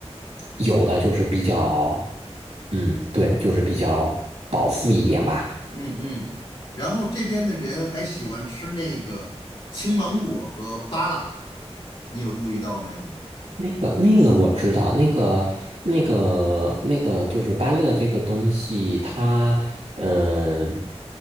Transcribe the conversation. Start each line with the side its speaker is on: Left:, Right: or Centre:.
Right: 有的，就是比较，嗯，对，就是比较饱腹一点吧。
Left: 嗯嗯。然后这边的人还喜欢吃那个青芒果和芭乐，你有注意到没有？
Right: 那个那个我知道，那个那个那个就是芭乐这个东西，它嗯、